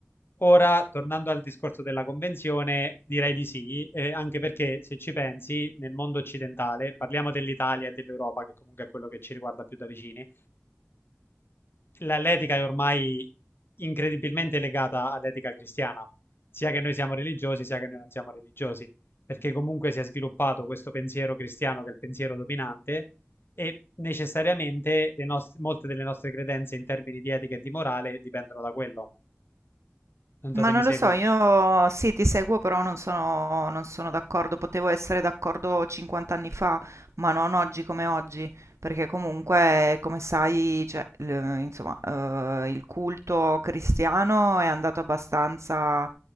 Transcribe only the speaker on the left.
Ora, tornando al discorso della convenzione, direi di sì, eh, anche perché se ci pensi, nel mondo occidentale, parliamo dell'Italia e dell'Europa, che comunque è quello che ci riguarda più da vicini, l'etica è ormai incredibilmente legata all'etica cristiana, sia che noi siamo religiosi, sia che noi non siamo religiosi, perché comunque si è sviluppato questo pensiero cristiano che è il pensiero dominante e necessariamente le nost- molte delle nostre credenze in termini di etica e di morale dipendono da quello. Non
so se
mi
segui.